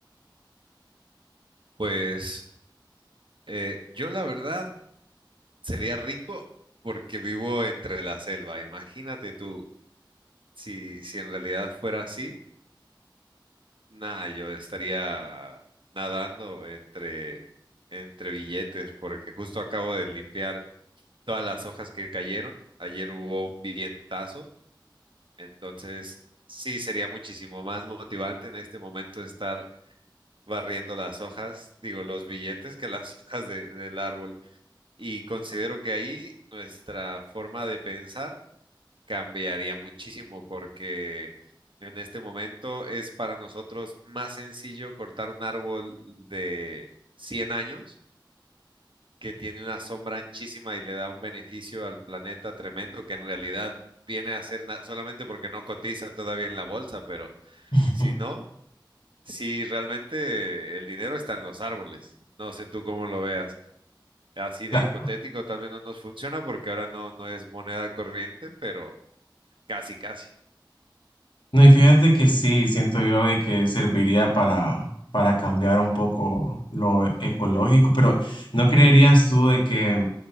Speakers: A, on the right; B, on the left.
A: Pues eh, yo la verdad sería rico porque vivo entre la selva. Imagínate tú, si, si en realidad fuera así, nada, yo estaría nadando entre, entre billetes porque justo acabo de limpiar todas las hojas que cayeron. Ayer hubo un vivientazo, entonces sí sería muchísimo más motivante en este momento estar barriendo las hojas, digo, los billetes que las <laughs> hojas de- del árbol. Y considero que ahí nuestra forma de pensar cambiaría muchísimo porque en este momento es para nosotros más sencillo cortar un árbol de 100 años que tiene una sombra anchísima y le da un beneficio al planeta tremendo que en realidad viene a ser na- solamente porque no cotiza todavía en la bolsa, pero
B: <laughs>
A: si no, si realmente el dinero está en los árboles. No sé tú cómo lo veas. Así de
B: Cla-
A: hipotético, tal vez no nos funciona porque ahora no, no es moneda corriente, pero casi, casi.
B: No, y fíjate que sí, siento yo de que serviría para, para cambiar un poco lo ecológico, pero ¿no creerías tú de que